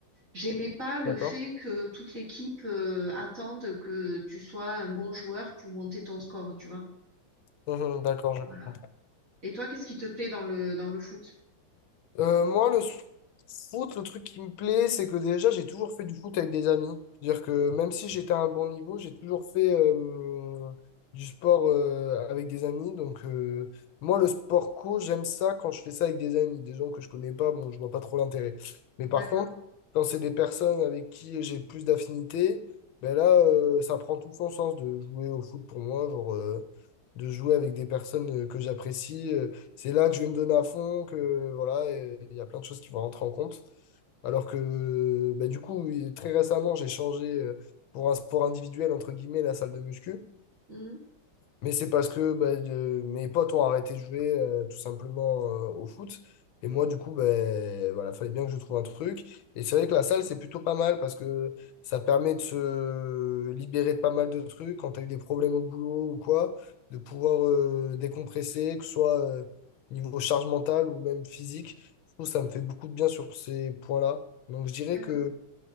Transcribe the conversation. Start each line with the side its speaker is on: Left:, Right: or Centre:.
Right: J'aimais pas le
Left: D'accord.
Right: fait que toute l'équipe euh, attende que tu sois un bon joueur pour monter ton score, tu vois.
Left: Mhm, D'accord, je
Right: Voilà.
Left: comprends.
Right: Et toi, qu'est-ce qui te plaît dans le dans le foot?
Left: Euh, moi, le foot, le truc qui me plaît, c'est que déjà, j'ai toujours fait du foot avec des amis. C'est-à-dire que même si j'étais à un bon niveau, j'ai toujours fait euh, du sport euh, avec des amis. Donc, euh, moi, le sport co, j'aime ça quand je fais ça avec des amis. Des gens que je connais pas, bon, je vois pas trop l'intérêt. Mais par
Right: D'accord.
Left: contre, quand c'est des personnes avec qui j'ai plus d'affinité, ben là, euh, ça prend tout son sens de jouer au foot pour moi, genre, euh, de jouer avec des personnes euh, que j'apprécie. euh, c'est là que je vais me donner à fond, que voilà, et il y a plein de choses qui vont rentrer en compte. Alors que bah, du coup, et très récemment, j'ai changé euh, pour un sport individuel, entre guillemets, la salle de muscu.
Right: Mhm.
Left: Mais c'est parce que bah, de- mes potes ont arrêté de jouer euh, tout simplement euh, au foot. Et moi, du coup, ben voilà, fallait bien que je trouve un truc. Et c'est vrai que la salle, c'est plutôt pas mal parce que ça permet de se libérer de pas mal de trucs. Quand tu as eu des problèmes au boulot ou quoi, de pouvoir euh, décompresser, que ce soit euh, niveau charge mentale ou même physique. Je trouve que ça me fait beaucoup de bien sur ces points-là. Donc, je dirais
Right: D'accord.
Left: que